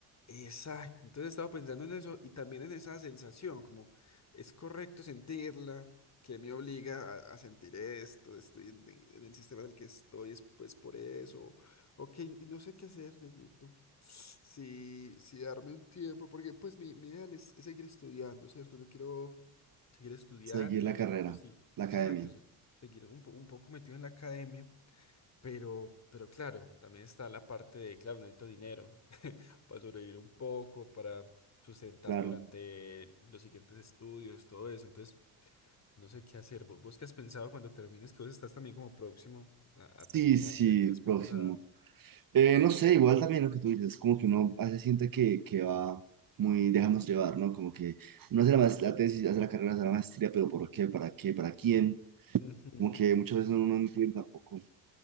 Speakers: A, on the left (about 35°); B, on the right (about 50°).
A: Exacto, entonces estaba pensando en eso y también en esa sensación, como es correcto sentirla, que me obliga a, a sentir esto, estoy en, en el sistema en el que estoy, es pues por eso, ok, y no sé qué hacer, viejito, si, si darme un tiempo, porque pues mi, mi ideal es, es seguir estudiando, ¿cierto? Yo quiero seguir estudiando
B: Seguir la
A: y
B: carrera,
A: pues sí,
B: la
A: exacto,
B: academia,
A: sí, seguir un, po- un poco metido en la academia, pero, pero claro, también está la parte de, claro, necesito dinero, para sobrevivir un poco, para sustentarme
B: claro.
A: durante los siguientes estudios, todo eso. Entonces, no sé qué hacer. ¿Vos, vos qué has pensado cuando termines? Que vos estás también como próximo a,
B: Sí,
A: a terminar.
B: sí,
A: ¿Qué, qué has pensado?
B: próximo. Eh, no sé, igual también lo que tú dices, como que uno a veces siente que, que va muy, déjanos llevar, ¿no? Como que uno hace la, maest- la tesis, hace la carrera, hace la maestría, pero ¿por qué? ¿Para qué? ¿Para quién?
A: Ujú,
B: Como que muchas veces uno no entiende tampoco